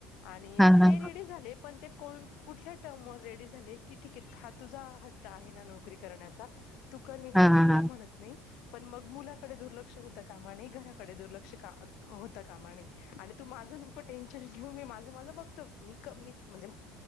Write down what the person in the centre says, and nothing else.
हा हा
हा
हा
हा